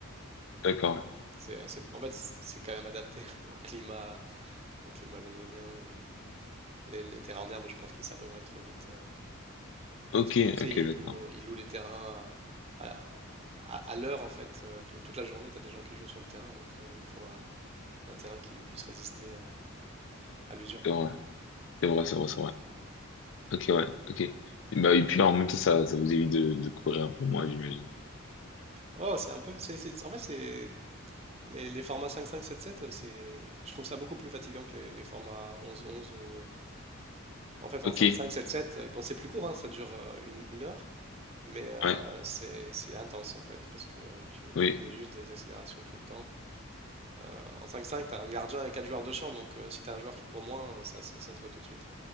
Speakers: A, on the left; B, on the right.
A: D'accord. ouais.
B: C'est, c'est- en fait, c'est quand même adapté <laughs> au climat, au climat londonien. où les, les terrains en herbe, je pense qu'ils s'abîmeraient trop vite. euh, euh,
A: Ok,
B: parce que tu sais,
A: ok,
B: ils
A: d'accord.
B: louent, ils louent les terrains à, à- à- à l'heure, en fait. euh, donc toute la journée, tu as des gens qui jouent sur le terrain. Donc euh, il faut un, un terrain qui puisse résister. euh, à l'usure.
A: C'est vrai, c'est vrai, c'est vrai, c'est vrai. Ok, ouais, ok. Et, bah, et puis en même temps, ça, ça vous évite de, de courir un peu moins, j'imagine.
B: Oh, c'est un peu. c'est- c'est- en fait, c'est les, les formats cinq cinq sept sept. c'est, je trouve ça beaucoup plus fatigant que les, les formats onze onze. Ou... En fait, en
A: Ok,
B: cinq cinq sept sept. euh, bon, c'est plus court, hein, ça dure euh, une, une heure, mais euh,
A: ouais,
B: c'est, c'est intense en fait, parce que tu,
A: oui,
B: tu fais juste des accélérations tout le temps. Euh, en cinq cinq, tu as un gardien et quatre joueurs de champ, donc euh, si tu as un joueur qui court moins, euh, ça, ça, ça se voit tout de suite.